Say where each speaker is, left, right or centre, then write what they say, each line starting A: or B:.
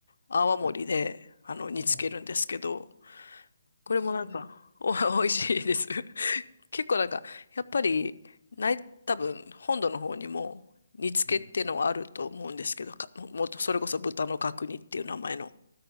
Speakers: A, on the left; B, on the left.
A: 泡盛で、
B: はい。
A: あの、煮つけるんですけど、
B: はい。
A: これもなんか、
B: そうです。
A: <laughs> お、美味しいです。<laughs> 結構なんか、やっぱり、ない、多分、本土の方にも、煮付けっていうのはあると思うんですけど、
B: はい。
A: か、も、もっとそれこそ豚の角煮っていう名前の。